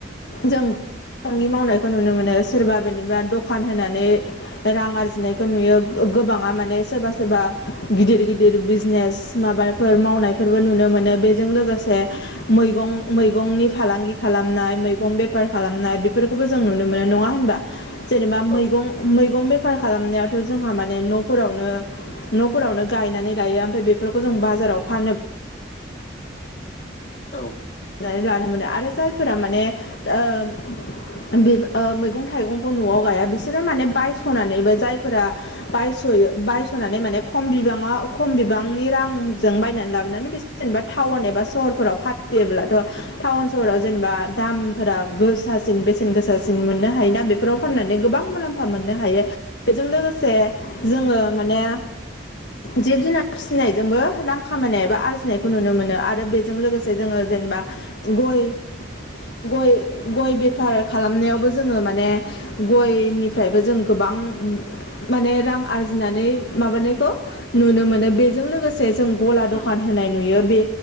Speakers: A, on the left; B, on the left.
A: जों फालांगि मावनायखौ नुनो मोनो सोरबा बिदिबा दखान होनानै रां आरजिनायखौ नुयो गोबाङा माने सोरबा सोरबा गिदिर गिदिर बिजनेस माबाफोर मावनायफोरबो नुनो मोनो बे जों लोगोसे मैगं मैगंनि फालांगि खालामनाय मैगं बेफार खालामनाय बेफोरखौ बो जोंं नुनो मोनो नङा होमबा जेनेबा मैगं
B: औ
A: मैगं बे फार खालामनायावथ' जोंहा माने न' फोरावनो न' फोलावनो गायनानै लायो ओमफ्राय बेफोरखौ जों बाजार फोराव फानो
B: औ
A: नानै लानो मोनो आरो जायफोरा माने ओ- बि ओ- मैगं थाइगंखौ न'आव गाया बिसोरो माने बायस'नानैबो जायफोरा बायस ओयो बायस'नानै मान ख बिबांनि रांजों बायनानै लाबोनानै जबा थाव टाउन एबा सहफोराव फान फैयोब्लाथ' टाउन सहराव जेनेबा दामफोरा गोसासिन बेसेन गोसासिन मोननो हायोना बेफोराव फाननानै गोबां मुलाम्फा मोननो हायो बेजों लोगोसे
B: उम
A: जोङो। माने जिब जुनार फिसिनायजोंबो रां खामायनाय एबा आरजिनायखौ नुनो मोनो आरो बेजों लोगोसे जोङो जेनेबा गय गय गय बेफार खालामनायावबो जोङो माने गयनिफ्रायबो जों गोबां माने रां आरजिनानै माबानायखौ नुनो मोनो बेजों लोगोसे जों गला दखान
B: उम
A: होनाय नुयो बे